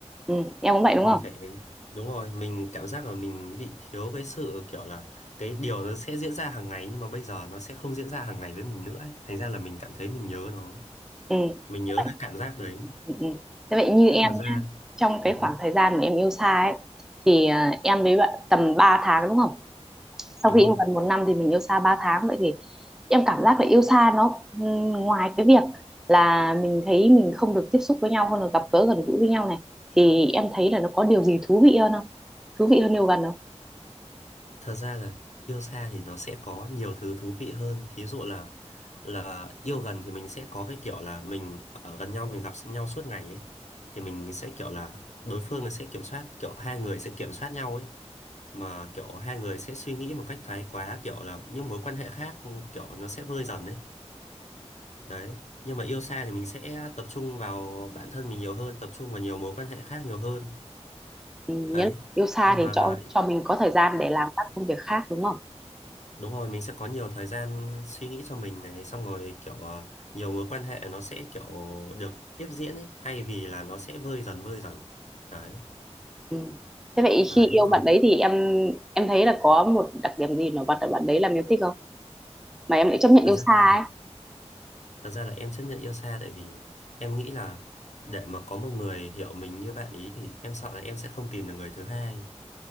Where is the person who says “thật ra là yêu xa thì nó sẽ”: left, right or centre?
Left